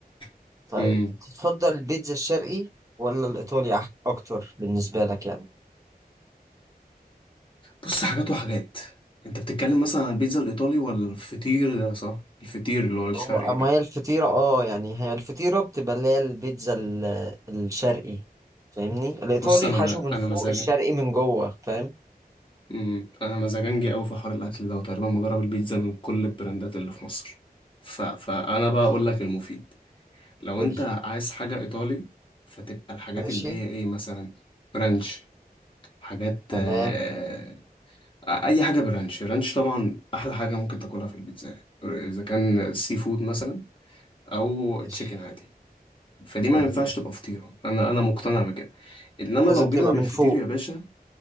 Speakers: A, on the left; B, on the right.
A: <laughs>
B: طيب
A: أمم.
B: تفضل البيتزا الشرقي ولا الايطالي أح- اكتر بالنسبه لك يعني
A: بص حاجات وحاجات انت بتتكلم مثلا عن البيتزا الايطالي ولا الفطير ده صح الفطير اللي هو الشرقي
B: هو اما
A: ده
B: هي الفطيره اه يعني هي الفطيره بتبقى اللي هي البيتزا ال- الشرقي فاهمني الايطالي
A: بص انا
B: الحشو
A: ما
B: من
A: انا
B: فوق
A: مزاجي
B: الشرقي من جوه فاهم
A: امم انا مزاجنجي قوي في حوار الاكل ده وتقريبا مجرب البيتزا من كل البراندات اللي في مصر ف... فانا بقى
B: ماشي
A: اقول لك المفيد لو
B: قولي
A: انت عايز حاجه ايطالي فتبقى الحاجات
B: ماشي
A: اللي هي ايه مثلا رانش حاجات
B: تمام
A: آه، اي حاجه برانش رانش طبعا احلى حاجه ممكن تاكلها في البيتزا اذا كان سي فود مثلا او
B: ماشي
A: تشيكن عادي فدي
B: جميل
A: ما ينفعش تبقى فطيره انا انا مقتنع بكده انما
B: لازم
A: لو
B: تبقى
A: جينا للفطير
B: من فوق
A: يا باشا